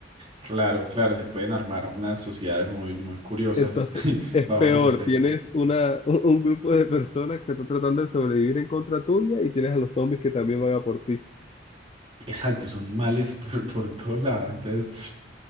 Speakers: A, on the right (about 30°); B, on the left (about 35°).
A: Claro, claro, se pueden armar unas sociedades muy, muy curiosas
B: Entonces
A: <laughs>
B: es
A: bajo
B: peor,
A: ese contexto.
B: tienes una, un, un grupo de personas que están tratando de sobrevivir en contra tuya y tienes a los zombies que también van a por ti.
A: Exacto, son males por, por todo lado. Entonces,